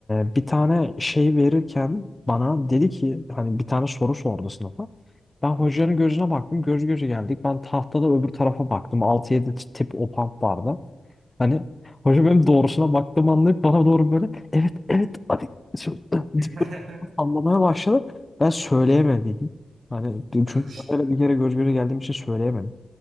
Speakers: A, on the left; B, on the right.
A: e, bir tane şey verirken bana dedi ki hani bir tane soru sordu sınıfa. Ben hocanın
B: Hı
A: gözüne baktım. Göz göze geldik. Ben tahtada öbür tarafa baktım. altı yedi tip o pump vardı. Hani hoca
B: hı.
A: benim doğrusuna baktığımı anlayıp bana doğru böyle evet evet hadi şöyle deyip
B: <laughs>
A: böyle <laughs> sallamaya başladı. Ben söyleyemediydim. Hani çünkü
B: Al işte.
A: öyle bir kere göz göze geldiğim için söyleyemedim.